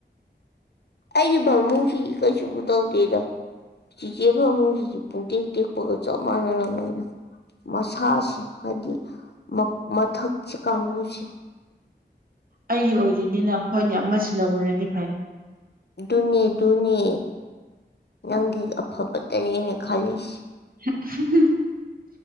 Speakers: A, on the left; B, on the right.
A: ꯑꯩꯒꯤ ꯐꯥꯄꯨꯡꯁꯤꯗꯤ ꯀꯩꯁꯨꯕꯨ ꯇꯧꯗꯦꯗ ꯆꯤꯆꯦ ꯐꯥꯄꯨꯡꯁꯤꯗꯤ ꯄꯨꯡꯇꯦꯛ ꯇꯦꯛꯄꯒ ꯆꯞ ꯃꯥꯟꯅꯔꯕꯅꯤꯗ ꯃꯁꯥꯁꯦ ꯍꯥꯏꯗꯤ ꯃꯊꯛ ꯃꯊꯛꯁꯦ ꯀꯥꯡꯕꯨꯁꯦ
B: ꯑꯩꯒꯤ ꯑꯣꯏꯗꯣꯏꯅꯤꯅ ꯍꯣꯏꯅꯦ ꯑꯃ ꯁꯤꯜꯍꯧꯕꯅꯗꯤ ꯐꯩ
A: ꯑꯗꯨꯅꯦ ꯑꯗꯨꯅꯦ ꯅꯪꯒꯤ ꯑꯐꯕꯇꯅꯦ ꯑꯩꯅ ꯈꯜꯂꯤꯁꯦ
B: <unintelligible>